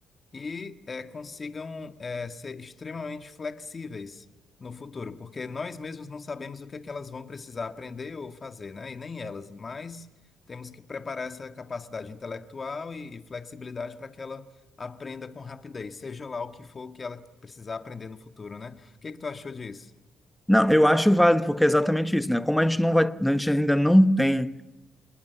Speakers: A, on the left; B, in the centre.
A: e eh, consigam eh, ser extremamente flexíveis no futuro, porque nós mesmos não sabemos o que é que elas vão precisar aprender ou fazer, né? E nem elas, mas temos que preparar essa capacidade intelectual e, e flexibilidade para que ela aprenda com rapidez, seja lá o que for que ela precisar aprender no futuro, né? O que é que tu achou disso?
B: Não, eu acho válido porque é exatamente isso, né? Como a gente não vai, a gente ainda não tem